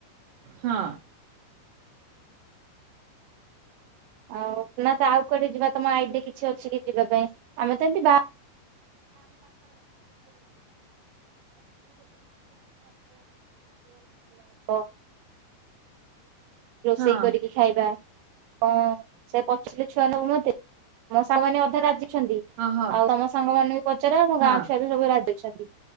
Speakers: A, on the right; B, on the right.
A: ହଁ
B: ଆଉ ନା ତ ଆଉ କୁଆଡେ ଯିବା ତମ ଆଇଡିକି କିଛି ଅଛି କି ଯିବା ପାଇଁ ଆମେ ତ ଏମିତି <unintelligible> ରୋଷେଇ
A: ହଁ।
B: କରିକି ଖାଇବା। ହଁ ସେ ପଚିଲେ ଛୁଆ ନଉନନ୍ତି ମୋ ସାଙ୍ଗମାନେ ଅଧା ରାଜି ଛନ୍ତି
A: ଓହୋ
B: ଆଉ ତମ ସାଙ୍ଗମାନେ ବି ପଚାର ଆମ
A: ହଁ
B: ଗାଁ ଛୁଆ ବି ସବୁ ରାଜି। <unintelligible>